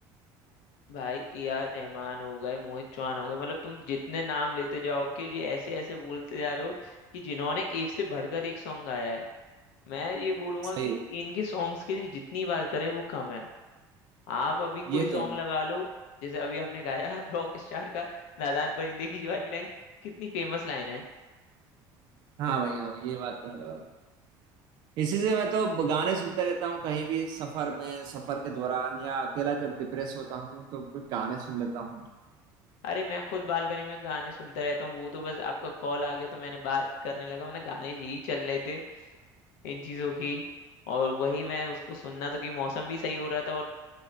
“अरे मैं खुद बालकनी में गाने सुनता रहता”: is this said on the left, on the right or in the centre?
Left